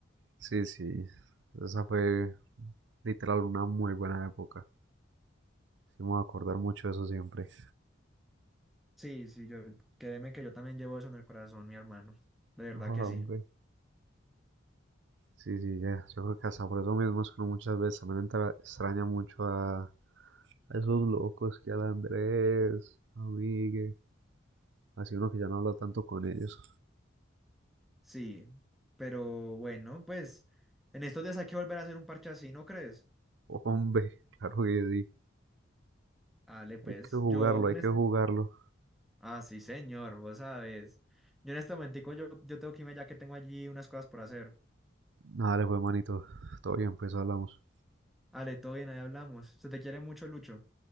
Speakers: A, on the right; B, in the centre.
A: Sí, sí, esa fue literal una muy buena época. Sí, me voy a acordar mucho de eso siempre.
B: Sí, sí, yo créeme que yo también llevo eso en el corazón, mi hermano. De verdad
A: <laughs> Hombre.
B: que sí.
A: Sí, sí, ya. Yo creo que hasta por eso mismo es que uno muchas veces también entra- extraña mucho a, a esos locos que al Andrés, a Migue, así uno que ya no habla tanto con ellos.
B: Sí, pero bueno, pues en estos días hay que volver a hacer un parche así, ¿no crees?
A: Hombre, <laughs> claro que sí.
B: Dale, pues
A: Hay que jugarlo,
B: yo...
A: hay
B: en
A: que
B: es-
A: jugarlo.
B: Ah, sí, señor, vos sabes. Yo en este momentico yo, yo tengo que irme ya que tengo allí unas cosas por hacer.
A: Nada, le fue manito. Todo bien, pues hablamos.
B: Dale, todo bien, ahí hablamos. Se te quiere mucho, Lucho.